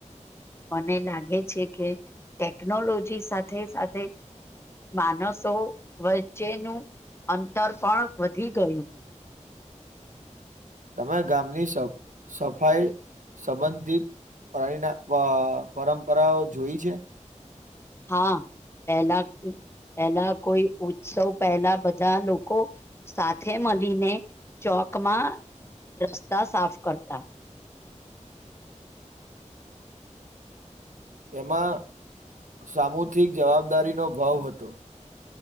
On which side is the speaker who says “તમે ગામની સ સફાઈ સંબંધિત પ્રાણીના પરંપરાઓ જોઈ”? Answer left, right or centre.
Right